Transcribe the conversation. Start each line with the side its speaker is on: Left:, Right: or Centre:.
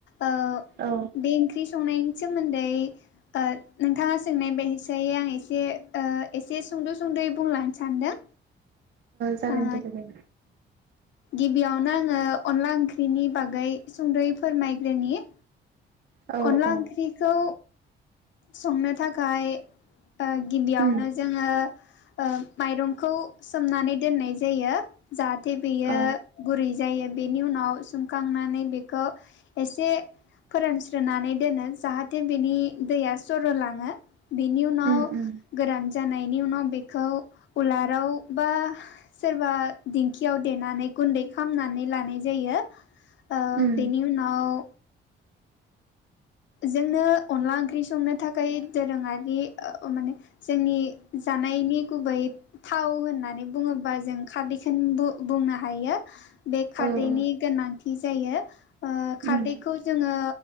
Left: ओ
Right: औ
Left: बे ओंख्रि संनायनि सोमोन्दै ओ नोंथाङा सोंनाय बायसा दायो आं एसे ओ एसे सुंद' सुंद'यै बुंलांनो सानदों
Right: जागोन
Left: ओ
Right: दे लोगो
Left: गिबियावनो आङो अनला ओंख्रिनि बागै सुंदै फोरमायग्रोनि
Right: औ
Left: अनला
Right: औ
Left: ओंख्रिखौ संनो थाखाय ओ गिबियावनो
Right: उम
Left: जोङो ओ माइरंखौ सोमनानै दोननाय जायो जा हाते बियो
Right: औ
Left: गुरै जायो बेनि उनाव सुमखांनानै बेखौ एसे फोरानस्रोनै दोनो जाहाथे बेनि दैया सर' लाङो बेनि उनाव
Right: उम उम
Left: गोरान जानायनि उनाव बेखौ उलाराव बा सोरबा दिंखियाव देनानै गुन्दै खामनानै लानाय जायो ओ
Right: उम
Left: बेनि उनाव जोंनो अनला ओंख्रि संनो थाखाय दोरोङारि माने जोंनि जानायनि गुबै थाव होननानै बुङोबा जों खारदैखौनो बु-बुंनो हायो। बे खारदैनि
Right: औ औ
Left: गोनांथि जायो ओ खारदैखौ
Right: उम
Left: जोङो